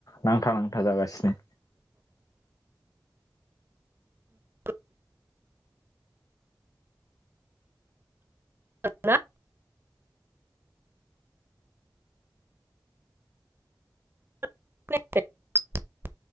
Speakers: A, on the left; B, on the right.
A: नांथा नांथा जागासिनो
B: औ आ खोनायाखै